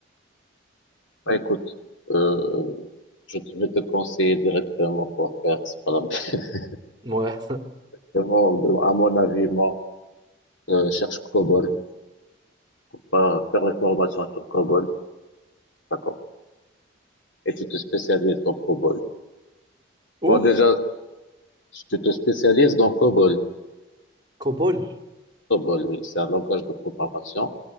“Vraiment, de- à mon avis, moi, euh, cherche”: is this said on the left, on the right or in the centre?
Left